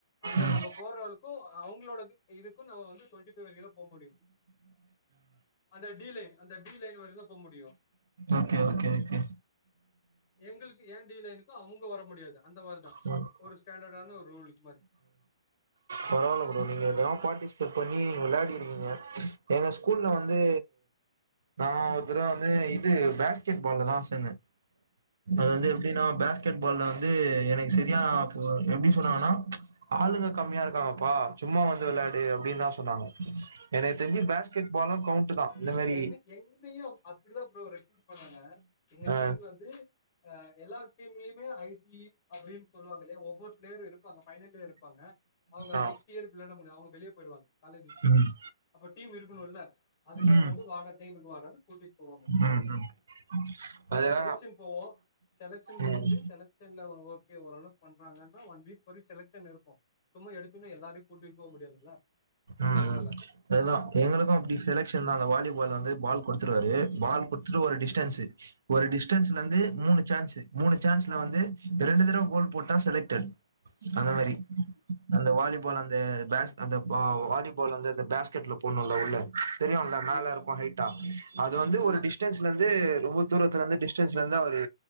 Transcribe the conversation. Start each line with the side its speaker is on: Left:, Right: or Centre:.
Left: அந்த
Right: ம்
Left: நம்ம போட்றவருக்கு அவுங்களோட இது இதுக்கு நம்ம வந்து டொன்டிஃபை வரைக்குந் தா போ முடியு அந்த டி லைன் அந்த டி லைன் வரயு தா போமுடியு
Right: ஓகே ஓகே ஓகே
Left: எங்களுக்கு ஏ டீல்லருக்கு அவுங்க வர முடியாது அந்த மாரிதா
Right: ம்
Left: ஒரு ஸ்டாண்டடான ஒரு ரூல்க்கு மாரி
Right: பராவால்ல ப்ரோ நீங்க இதல்லா பார்ட்டிசிபேட் பண்ணி நீங்க விளையாடி இருக்கீங்க எங்க ஸ்கூல்ல வந் து நா ஒருதரவ வந்து இது பேஸ்கெட் பால்ல தா சேந்தே
Left: சரி
Right: அது வந்து எப் எப்டினா பேஸ்கெட் பால்ல வந்து எனக்கு சரியான ஆப்பு எப்டி சொல்லுவாங்கனா ஆளுங்க கம்மியா இருக் காங்கப்பா சும்மா வந்து விளையாடு அப்டின் தா சொன்னாங்க எனக்கு தெரிஞ்சு
Left: சரி
Right: பேஸ்கெட் பாலு கவுண்ட் தா இந்த
Left: ஏ
Right: மாரி
Left: என்ன என்னயு அப்டித்தா ப்ரோ ரெக்வொஸ்ட் பண்ணாங்க எங்க
Right: ஆ
Left: டீம்ல வந்து அ எல்லார் டீம்லியுமே ஐ டி அப்டின்னு சொல்லுவாங்க இல்லயா ஒவ்வொரு பிளேயரு இருப் பாங்க பைனல் இயர்ல இருப்பாங்க அவுங்க
Right: ஆ
Left: நெக்ஸ்ட் இயர் எப்டி விளையாட முடியு அவுங்க வெளிய போய்டுவாங்க காலேஜ விட்டு
Right: ம்
Left: அப்ப டீம் இருக்கணுல்ல அதுக்காக
Right: ம்
Left: வந்து வாங்க டீமுக்கு வாடானு கூட்டிட்டு போவாங்க
Right: ம் ம்
Left: ஃபஸ்ட்டு
Right: அதுதா
Left: செலக்ஸன் போவோ செலக்ஸன் முடுஞ்சு
Right: ம்
Left: செலக் சன்ல அவங்க ஓகே ஓரளவு பண்றாங்கன்னா ஒன் வீக் வரயு செலக்ஸன் இருக்கு மொத்தமா எடுத்தோன்னே எல்லாரையு கூட்டிட்டு போக முடியாதுல்ல
Right: ம்
Left: அதனால
Right: ம் அதா எங்களுக்கு அப்டி செலக்சன்தா அந்த வாலிபால் வந்து பால் குடுத்துருவாரு. பால் குடுத்துட்டு ஒரு டிஸ்டன்ஸ்சு ஒரு டிஸ்டன்ஸ்ல இருந்து மூணு சான்ஸு மூணு சான்ஸ்ல வந்து ரெண்டு தடவ கோல் போட்டா செலக்டட் அந்த மாரி அந்த
Left: ஆமா
Right: வாலிபால் அந்த பேஸ் அந்த வா வாலிபால் அந்த அந்த பேஸ்கெட்ல போனுல்லா உள்ள தெரியுல்ல
Left: ஆமா
Right: மேல
Left: ஆமா
Right: இருக்கு ஹைட்டா அது வந்து
Left: ஆமா
Right: ஒரு டிஸ்டன்ஸ்ல இருந்து ரொம்ப தூரத்துல இருந்து டிஸ் ஸ்சன்ஸ்ல இருந்து அவரு